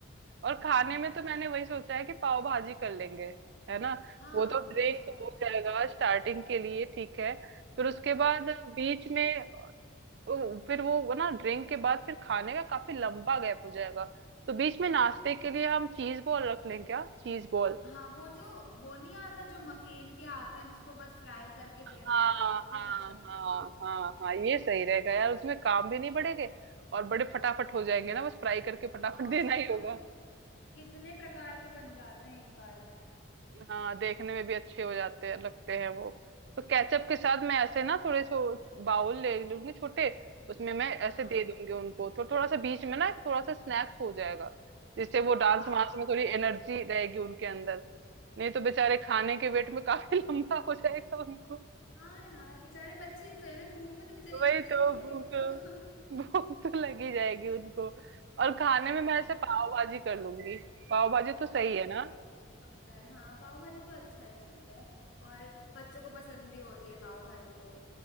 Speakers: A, on the right; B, on the left.
A: और खाने
B: हम्म,
A: में तो मैंने वही सोचा है कि पाव भाजी कर लेंगे है ना
B: हाँ
A: वो तो
B: पाव
A: ड्रिंक
B: भाजी बनाते
A: हो जाएगा
B: हैं
A: स्टार्टिंग के लिए ठीक है फिर उसके बाद
B: हाँ
A: बीच में अ, फिर वो वो ना ड्रिंक के बाद फिर खाने का काफी लंबा गैप हो जाएगा तो बीच में नाश्ते
B: हाँ
A: के लिए हम चीज बॉल रख लें क्या चीज बॉल
B: हाँ वो जो वो नहीं आता जो मकेन के आते हैं जिसको बस फ्राई करके
A: हाँ
B: देना होता है वो भी
A: हाँ
B: लग सकती
A: हाँ
B: है
A: हाँ हाँ ये सही रहेगा यार उसमें काम भी नहीं बढ़ेंगे और बड़े फटाफट हो जाएंगे ना बस फ्राई करके फटाफट
B: और
A: देना
B: उसमें
A: ही
B: तो
A: होगा
B: कितने प्रकार के बन जाते हैं एक बार में
A: हाँ देखने में भी अच्छे हो जाते हैं लगते हैं वो तो केचप के साथ मैं ऐसे ना थोड़े से बाउल ले लूंगी छोटे उसमें मैं
B: हाँ
A: ऐसे दे दूंगी उनको तो थोड़ा सा बीच में ना थोड़ा सा स्नैक्स हो जाएगा जिससे वो डांस
B: हाँ
A: वांस में
B: वही
A: थोड़ी एनर्जी रहेगी उनके अंदर नहीं तो बेचारे
B: हाँ
A: खाने के वेट में काफी <laughs> लंबा हो जाएगा उनको
B: हाँ यार बेचारे बच्चे ही तो है ना भूख भी तो इतनी जल्दी
A: तो
B: लगती
A: वही तो
B: है इन छोटे
A: भूख
B: बच्चों को
A: भूख तो लगी जाएगी उनको और खाने
B: वही
A: में मैं
B: तो
A: ऐसे पाव भाजी कर लूंगी पाव भाजी तो सही
B: हाँ
A: है ना
B: पाव भाजी पक्का है हाँ पाव भाजी तो अच्छा है चीज है और बच्चों को पसंद भी होती है पाव भाजी तो